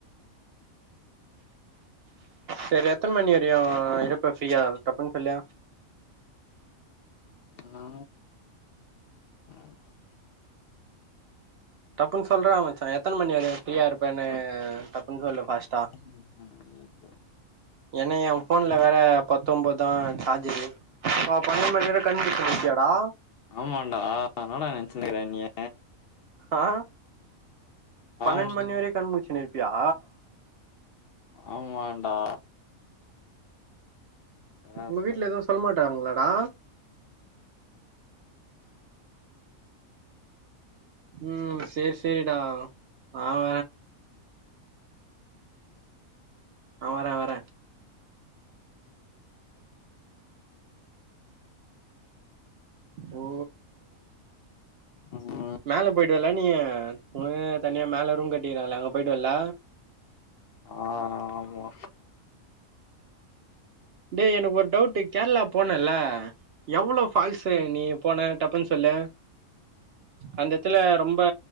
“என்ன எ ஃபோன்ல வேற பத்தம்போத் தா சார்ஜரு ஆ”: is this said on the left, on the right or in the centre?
Right